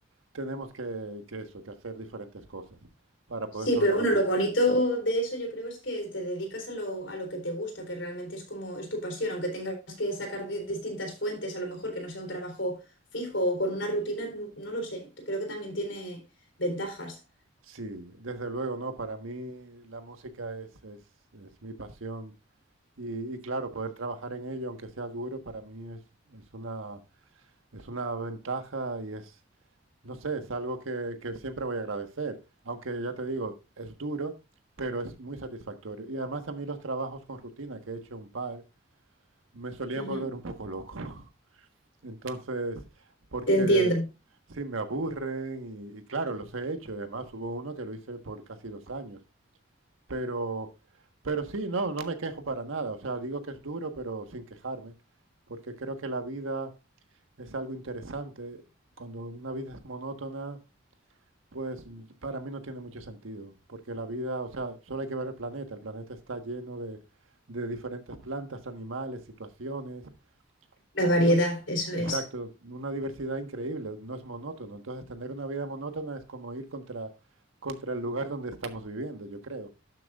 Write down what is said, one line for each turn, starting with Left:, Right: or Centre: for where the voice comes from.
Right: tenemos que, que eso, que hacer diferentes cosas para poder
Left: Sí,
Right: sobrevivir.
Left: pero bueno, lo bonito de eso yo creo es que te dedicas a lo, a lo que te gusta, que realmente es como es tu pasión, aunque tengas que sacar de distintas fuentes, a lo mejor que no sea un trabajo fijo o con una rutina, no no lo sé. Creo que también tiene ventajas.
Right: Sí, desde luego, no. Para mí la música es, es, es mi pasión y, y claro, poder trabajar en ello, aunque sea duro, para mí es, es una Es una ventaja y es, no sé, es algo que, que siempre voy a agradecer. Aunque ya te digo, es duro, pero es muy satisfactorio. Y además a mí los trabajos con rutina, que he hecho un par, me solían
Left: Ujú,
Right: volver un poco loco. <laughs> Entonces, porque
Left: Te entiendo.
Right: sí, me aburren y, y claro, los he hecho. Además hubo uno que lo hice por casi dos años. Pero, pero sí, no, no me quejo para nada. O sea, digo que es duro, pero sin quejarme, porque creo que la vida es algo interesante. Cuando una vida es monótona, pues para mí no tiene mucho sentido, porque la vida, o sea, solo hay que ver el planeta, el planeta está lleno de, de diferentes plantas, animales, situaciones.
Left: La variedad,
Right: No es,
Left: eso
Right: exacto,
Left: es.
Right: una diversidad increíble, no es monótono. Entonces tener una vida monótona es como ir contra, contra el lugar donde estamos viviendo, yo creo.